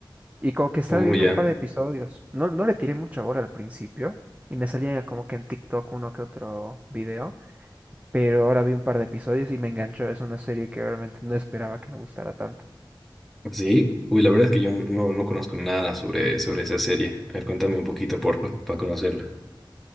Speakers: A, on the right; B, in the centre.
A: Y como que estaba
B: Oh,
A: viendo
B: ya.
A: un par de episodios. No, no le tiré mucha bola al principio y me salía como que en TikTok uno que otro video. Pero ahora vi un par de episodios y me enganchó. Es una serie que realmente no esperaba que me gustara tanto.
B: ¿Sí? Uy, la verdad es que yo no, no conozco nada sobre, sobre esa serie. A ver, cuéntame un poquito, porfa, para conocerla.